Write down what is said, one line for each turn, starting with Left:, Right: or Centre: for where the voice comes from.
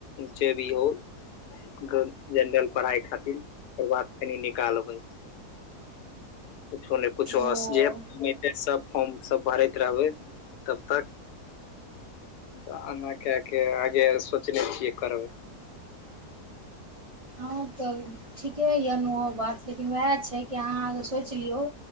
Left: जे दिहो हो जनरल पढ़ाई खातिर ओकर बाद फेन निकालबै कछो नहि कछो
Right: ओ
Left: जे फॉर्म एतै सभ फॉर्म सभ भरैत रहबै तब तक आना के आगे सोचने छियै करबै।
Right: हँ तऽ ठीके य नेहो बात लेकिन ओएह छै, कि अहाँ सोचि लियौ।